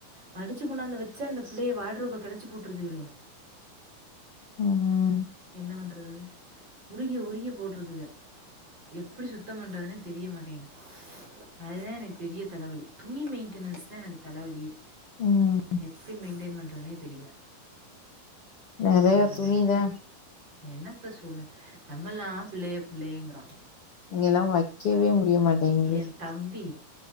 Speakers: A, on the right; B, on the left.
A: மடிச்சி கொண்டாந்து வச்சா இந்த பிள்ளைக வார்டு ரோப்ப கெளச்சி போட் றுதுகளே
B: ம்
A: என்ன பண்றது உருகி உருகி போட்றுதுக எப்டி சுத்தோ பண்றதுன்னே தெரிய மாட்டேங்குது அதுதா எனக்கு பெரிய தலவலி துணி மெயின்டெனன்ஸ் தா எனக்கு தலவலியே
B: ம்
A: எப்டி மெயின்டெயின் பண்றதுன்னே தெரியல
B: நெறைய
A: ம்
B: துணிதா
A: என்னத்த சொல்ல நம்மெல்லா பிள்ளைக பிள்ளைகங்கிறோ
B: இங்கெல்லா வைக்கவே முடியமாட்டேங்கிது
A: என் தம்பி